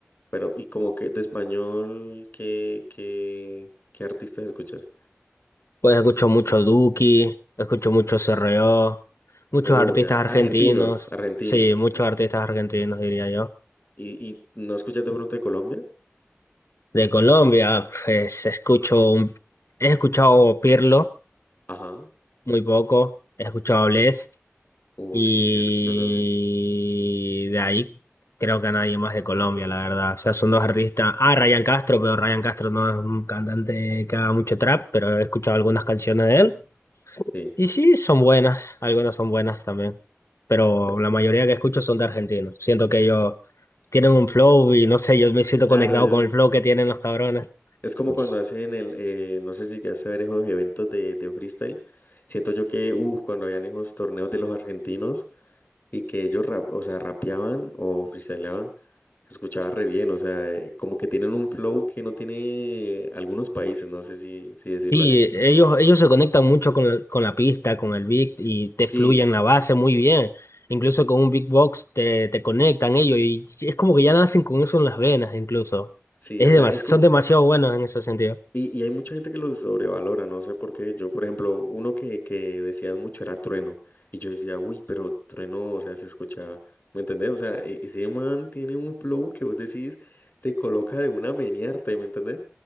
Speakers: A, on the left; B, on the left.
A: Pero, y como que de español, ¿qué, qué, qué artistas escuchas?
B: Pues escucho mucho Duki, escucho mucho CRO, muchos
A: Oh,
B: artistas
A: ya. Argentinos,
B: argentinos,
A: argentinos.
B: sí, muchos
A: O sea.
B: artistas argentinos diría yo.
A: ¿Y, y no escuchas de pronto de Colombia?
B: De Colombia, pues escucho un, he escuchado Pirlo
A: Ajá.
B: muy poco, he escuchado Bless,
A: Oh,
B: Y
A: sí, sí, he escuchado también.
B: de ahí creo que a nadie más de Colombia, la verdad. O sea, son dos artistas. Ah, Ryan Castro, pero Ryan Castro no es un cantante que haga mucho trap, pero he escuchado algunas canciones de él.
A: Sí.
B: Y sí, son buenas, algunas son buenas también. Pero
A: Pe-
B: la mayoría que escucho son de argentinos. Siento que ellos tienen un flow y no sé, yo me siento
A: Claro,
B: conectado
A: ellos,
B: con el flow que tienen los cabrones.
A: es como
B: Uy.
A: cuando hacen el, eh, no sé si llegaste a ver esos eventos de, de freestyle. Siento yo que, uff, cuando habían esos torneos de los argentinos. y que ellos rap, o sea, rapeaban o freestyleaban, se escuchaba re bien, o sea, eh, como que tienen un flow que no tiene algunos países, no sé si, si decirlo
B: Y
A: así.
B: ellos, ellos se conectan mucho con, el- con la pista, con el beat y te
A: Sí,
B: fluyen la base muy bien. Incluso con un beatbox te, te conectan ellos y es como que ya nacen con eso en las venas incluso.
A: sí,
B: Es
A: o sea,
B: demas-
A: es
B: son
A: como,
B: demasiado buenos en ese sentido.
A: y, y hay mucha gente que los sobrevalora, no sé por qué. Yo, por ejemplo, uno que, que decían mucho era Trueno, y yo decía, uy, pero Trueno, o sea, se escucha, ¿me entendés? O sea, e- ese man tiene un flow que vos decís, te coloca de una a menearte, ¿me entendés?